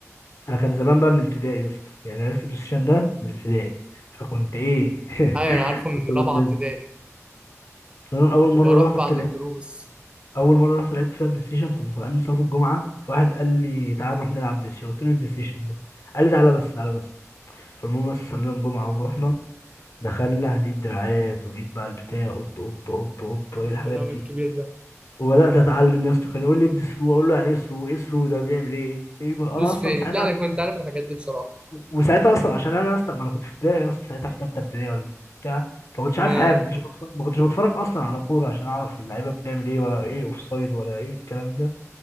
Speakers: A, on the left; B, on the right.
A: انا كان زمان بقى من ابتدائي يا اسطى يعني عرفت البلاي ستيشن ده من ابتدائي فكنت ايه
B: ايوه
A: <laughs>
B: انا عارفه من
A: كنت بدمن
B: رابعه ابتدائي
A: انا اول
B: كنت
A: مره
B: بروح
A: رحت
B: بعد
A: لعبت
B: الدروس
A: اول مره رحت لعبت فيها بلاي ستيشن كنت طالعين من صلاه الجمعه فواحد قال لي تعال نروح نلعب بلاي ستيشن قلت له إيه البلاي ستيشن ده قال لي تعالى بس تعالى بس فالمهم بس صلينا الجمعه ورحنا دخلنا لقيت دراعات ولقيت بقى البتاع قلت اوب اوب اوب ايه
B: الكلام
A: الحاجات دي
B: الكبير ده
A: وبدات اتعلم يا اسطى كان يقول لي ادي ثرو اقول له يعني ايه ثرو ايه ثرو ده بيعمل ايه ايه بقى؟
B: فلوس
A: انا اصلا
B: فين
A: ساعتها
B: لا انا كنت عارف الحاجات دي بصراحه
A: وساعتها اصلا عشان انا اصلا ما انا كنت في ابتدائي اصلا ساعتها في ثالثه ابتدائي ولا بتاع فما كنتش
B: ما
A: عارف
B: انا
A: حاجه ما كنتش بتفرج ما كنتش بتفرج اصلا على كوره عشان اعرف اللعيبه بتعمل ايه ولا ايه اوف سايد ولا ايه الكلام ده